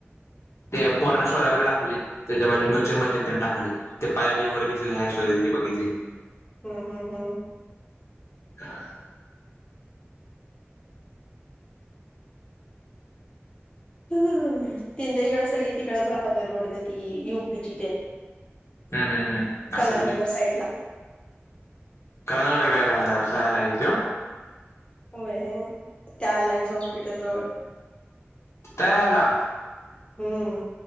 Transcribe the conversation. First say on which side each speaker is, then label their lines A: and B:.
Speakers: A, on the left; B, on the left.
A: ते पोरांनी स्टोऱ्या बिर्या टाकलेल्या ते म्युचल मधल्यांनी टाकलेल्या ते पाय बी वर घेतलेली स्टोरी बघितली मी.
B: हम्म. हम्म. हम्म.
A: <unintelligible>
B: ह.. त्यांच्या इकड सगळी तिकडच राहतेती, वाटत ती युपीची तेन
A: हम हम हम अस
B: कलानगर
A: असल की,
B: साईड ला
A: कलानगर कड राहायला हाय त्यो,
B: होय, त्या अलायन्स हॉस्पिटल जवळ.
A: तीत हाय राहिला.
B: हम्म.